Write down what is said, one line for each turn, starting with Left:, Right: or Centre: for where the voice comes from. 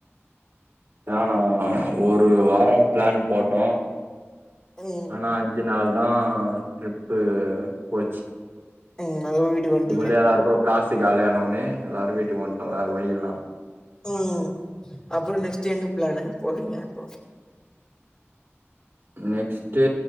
Right: நானா ஒரு வாரம் பிளான் போட்டோம்
Left: ம்
Right: ஆனா அஞ்சு நாள் தான் ட்ரிப்பு போச்சு
Left: அ அதுகப வீட்டுக் வந்ட்டிங்க
Right: இதுக்குள்ளயே எல்லாருக்கு காசு காலியான ஒனே எல்லாரு வீட்டுக் வந்ட்டோ வேற வழி இல்லாம்
Left: உம் அப்புற நெக்ஸ்ட் எங்க பிளானு போட்டீங்க இப்போ
Right: நெக்ஸ்ட்டு